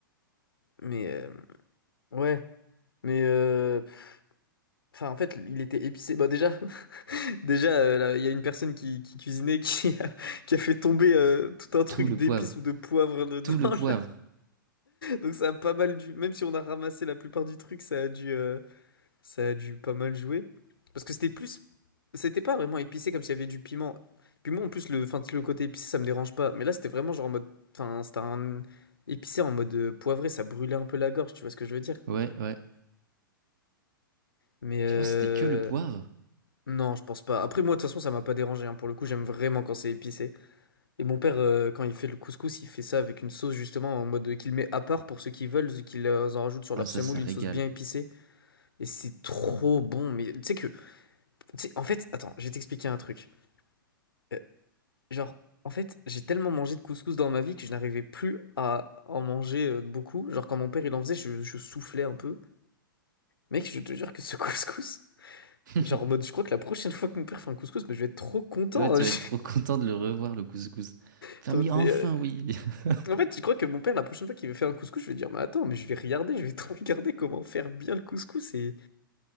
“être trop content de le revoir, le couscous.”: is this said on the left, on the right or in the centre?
Right